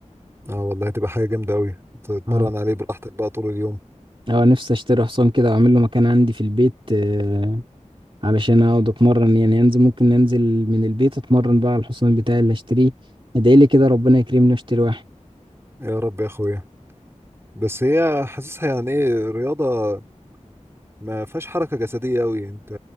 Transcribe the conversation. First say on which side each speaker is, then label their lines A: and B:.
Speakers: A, on the right (about 20°); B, on the right (about 40°).
A: اه والله هتبقى حاجة جامدة أوي تتمرن
B: اه
A: عليه براحتك بقى طول اليوم
B: أه نفسي أشتري حصان كده وأعمل له مكان عندي في البيت أه، علشان أقعد أتمرن يعني أنزل ممكن أنزل من البيت أتمرن بقى على الحصان بتاعي اللي أشتريه ادعيلي كده ربنا يكرمني وأشتري واحد
A: يا رب يا أخويا بس هي حاسسها يعني إيه رياضة ما فيهاش حركة جسدية أوي أنت